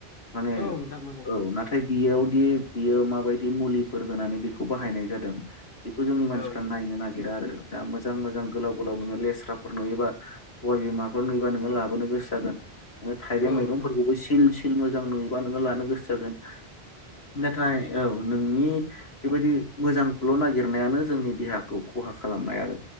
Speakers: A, on the left (about 75°); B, on the left (about 60°).
A: माने
B: औ नोंथां नांगौ
A: औ नाथाय बेयावदि बियो माबायदि मुलिफोर होनानै बेखौ बाहायनाय जादों बेखौ जोंनि मानसिफ्रा
B: औ
A: नायनो नागिरदों नागिरा आरो दा मोजां मोजां गोलाव गोलाव नोङो लेस्राफोर नुयोबा सबाइ बिमाफोर नुयोबा लाबोनो गो सो जागोन नोङो थाइबें
B: औ
A: मैगंफोरखौबो
B: नोंथां
A: सिल सिल मोजां नुयोबा नोङो लानो गोसो जागोन। नाथाय औ नोंनि बेबायदि मोजांखौल' नागिरनायानो जोंनि देहाखौ खहा खालामनाय आरो।